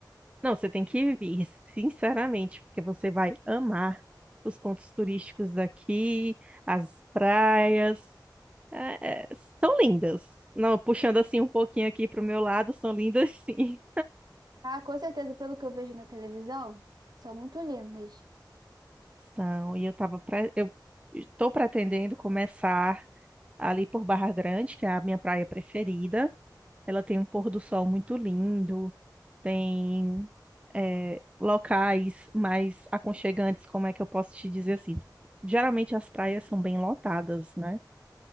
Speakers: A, on the right (about 15°); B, on the right (about 60°).
A: Não, você tem que vir, sinceramente, porque você vai amar os pontos turísticos daqui, as praias. É, é, são lindas. Não, puxando assim um pouquinho aqui pro meu lado, são lindas <laughs> sim.
B: Ah, com certeza, pelo que eu vejo na televisão, são muito lindas.
A: São. E eu tava pre... eu estou pretendendo começar ali por Barra Grande, que é a minha praia preferida. Ela tem um pôr do sol muito lindo, tem eh, locais mais aconchegantes, como é que eu posso te dizer assim? Geralmente as praias são bem lotadas, né?